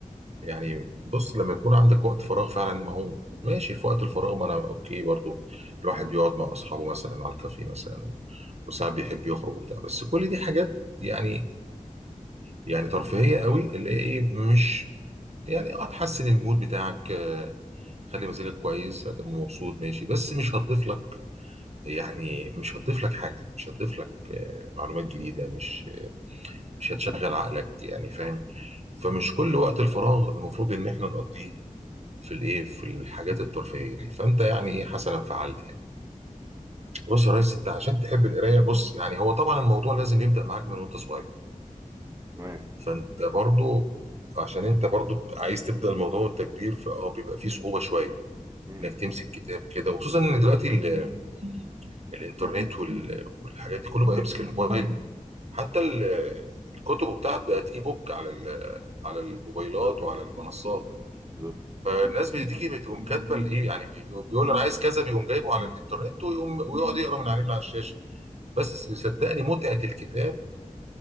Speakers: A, on the right (about 50°); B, on the right (about 25°).
A: يعني بص لما يكون عندك وقت فراغ فعلا ما هو ماشي في وقت الفراغ ما انا اوكي برضو الواحد يقعد مع اصحابه مثلا على الكافيه مثلا وساعات بيحب يخرج وبتاع بس كل دي حاجات يعني يعني ترفيهيه قوي اللي هي ايه مش يعني اه تحسن المود بتاعك خلي مزاجك كويس هتبقى مبسوط ماشي بس مش هتضيف لك يعني مش هتضيف لك حاجة مش هتضيف لك آه، معلومات جديدة مش مش هتشغل عقلك يعني فاهم فمش كل وقت الفراغ المفروض ان احنا نقضيه في الايه في الحاجات الترفيهية دي فانت يعني ايه حسنا فعلت يعني بص يا ريس انت عشان تحب القراية بص يعني هو طبعا الموضوع لازم يبدأ معاك من وانت صغير
B: تمام
A: فانت برضو عشان انت برضو عايز تبدأ الموضوع وانت كبير فاه بيبقى فيه صعوبة شوية
B: امم
A: انك تمسك كتاب كده وخصوصا ان دلوقتي ال- الانترنت وال- والحاجات دي كله بقى يمسك الموبايل حتى ال- الكتب بتاعت بقت اي بوك على ال- على الموبايلات
B: بالظبط
A: وعلى المنصات
B: بالظبط
A: فالناس بتيجي بتقوم كاتبه الايه يعني بيجي- بيقول له انا عايز كذا بيقوم جايبه على الانترنت ويقوم ويقعد يقرا من عليه من على الشاشه بس صدقني متعه الكتاب